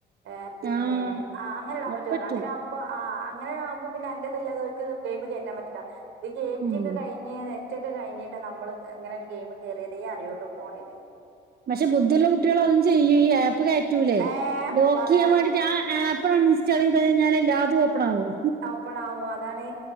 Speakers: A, on the right; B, on the right.
A: ഏഹ് പിന്നെ
B: ആഹ്
A: ആ അങ്ങനെ ഇടാൻ
B: അത്
A: പറ്റു പർണ്
B: പറ്റും
A: അങ്ങനെ ആവും പ്പൊ ആഹ് അങ്ങനെ ആകുമ്പോ പിന്നെ അന്റെ ഇതില്ലാതെ ഓൽക്ക് ഗെയിമ് കേറ്റാൻ പറ്റില്ല ഇത് കേയറ്റിയൊക്കെ
B: ഉം
A: കയ്യു ഇഞ്ഞി നെറ്റൊക്കെ കഴിഞ്ഞിട്ട് നമ്മള് അങ്ങനെ ഒരു ഗെയിമ് കേറിയതേ അറിയൊള്ളൂ ഫോണില്.
B: പക്ഷെ ബുദ്ധിള്ള കുട്ട്യാള് അതും ചെയ്യും ഈ ആപ്പ് കയറ്റൂലേ
A: ഏ
B: ലോക്കിയ്യാൻ
A: പറയാ
B: വാണ്ടീറ്റ് ആ ആപ്പ് ആപ്പ് അന്നിൻസ്റ്റാളീയ്ത് കയിഞ്ഞാല് എല്ലാതും ഓപ്പണാവും.
A: ഓപ്പണ് ആവും അതാണ്,